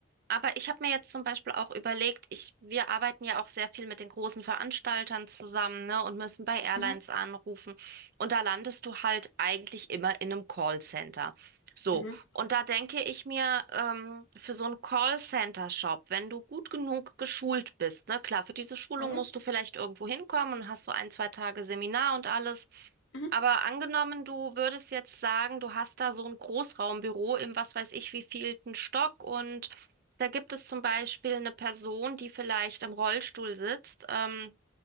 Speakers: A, on the right (about 45°); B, on the left (about 65°).
A: Aber ich habe mir jetzt zum Beispiel auch überlegt, ich, wir arbeiten ja auch sehr viel mit den großen Veranstaltern zusammen, ne, und müssen bei Airlines
B: Mhm,
A: anrufen. Und da landest du halt eigentlich immer in einem Callcenter. So,
B: mhm,
A: und da denke ich mir, ähm, für so einen Callcenter-Shop, wenn du gut genug geschult bist, ne, klar, für diese Schulung
B: mhm,
A: musst du vielleicht irgendwo hinkommen und hast so ein, zwei Tage Seminar und alles.
B: mhm,
A: Aber angenommen, du würdest jetzt sagen, du hast da so ein Großraumbüro im was weiß ich wievielten Stock und da gibt es zum Beispiel eine Person, die vielleicht im Rollstuhl sitzt, ähm,